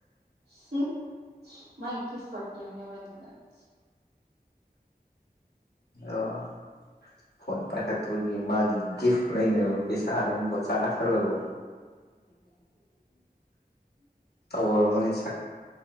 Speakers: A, on the right; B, on the left.
A: ꯁꯤ ꯃꯥꯥꯏ ꯒꯤꯐ <inaudible>
B: ꯑꯣ ꯐꯣꯟ ꯄꯥꯏꯈꯠꯇꯕꯒꯤ ꯃꯥꯒꯤ ꯒꯤꯐ ꯂꯩꯅꯕ ꯄꯩꯁꯥꯗꯣ ꯑꯃꯨꯛꯀ <inaudible> ꯁꯜꯂꯕꯣ ꯇꯧꯔꯝꯒꯅꯤ ꯁꯛ